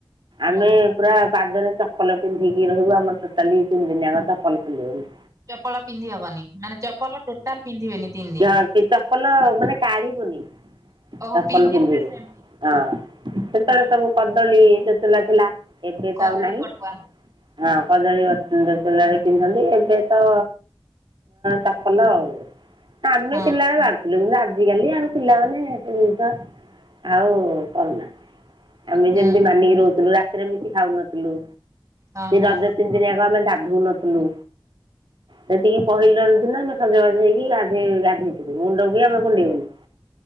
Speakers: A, on the right; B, on the right.
A: ହଁ।
B: ଆମେ ପୁରା ପାଦରେ ଚପଲ ପିନ୍ଧିକି ରହିବୁ ଆମର ଟୋଟାଲି ଦି ତିନି ଦିନ ଆଗ ଚପଲ ଖୋଲିବନି।
A: ଚପଲ ପିନ୍ଧିହବନି ମାନେ ଚପଲ ଟୋଟାଲ ପିନ୍ଧିବେନି।
B: <unintelligible>
A: ତିନି ଦିନ
B: ଚପଲ ମାନେ କାଢିବୁନି
A: ଓହୋ
B: ଚପଲ
A: ପିନ୍ଧିଥିବେ
B: ପିନ୍ଧିବୁ
A: ସେମିତି।
B: ହଁ ସେତେବେଳେ
A: ହଁ
B: ସବୁ କଦଳୀ। ନଥିଲା ଏବେ
A: କଦଳୀ
B: ତ ଆଉ ନାହିଁ
A: ପଟୁଆ
B: ହଁ କଦଳୀ ଚୋଲାରେ ପିନ୍ଧନ୍ତି ଆଉ ସେ ତ ଚାପଲ ଆଉ ଆଁମେ
A: ହଁ
B: ପିଲା କ କିନ୍ତୁ ଆଜିକାଲି ଆଉ ପିଲାମାନେ ସେ ଜିନଷ ଆଉ କରୁନାହାନ୍ତି। ଆମେ
A: ହୁଁ
B: ଯେମିତି ମାନିକି ରହୁଥିଲୁ ରା ଏମିତି ଖାଉନଥିଲୁ।
A: ହଁ ହଁ
B: ରଜ ତିନି ଦିନି ଆକ ଆମେ ହଉନଥିଲୁ ସେତିକି ପହିଲ ଦିନ ଆମେ ସଜବାଡି ହେଇକି ଗାଧେଇଥିବ ମୁଣ୍ଡ କି ଆମେ କୁଣ୍ଡେଇନୁ।